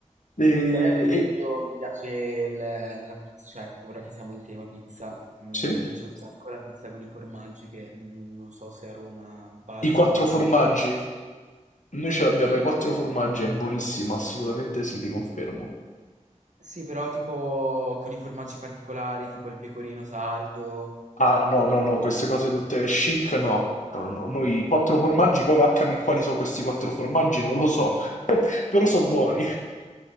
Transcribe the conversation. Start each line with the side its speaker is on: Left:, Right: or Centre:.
Left: E,
Right: Poi ad esempio
Left: e-
Right: mi piace il- la pizza, cioè ora che siamo in tema pizza, mm,
Left: sì,
Right: mi piace un sacco la pizza con i formaggi che mm, non so se a Roma va al
Left: i quattro
Right: formaggio.
Left: formaggi. Noi ce l'abbiamo,
Right: Sì,
Left: i quattro formaggi, è buonissima, assolutamente sì, ti confermo.
Right: sì, però tipo con i formaggi particolari, tipo il pecorino sardo
Left: Ah, no, no, no, queste cose tutte chic, no. No, no, noi quattro formaggi, poi va a capire quali sono questi quattro formaggi, non lo so, <laughs> però sono buoni.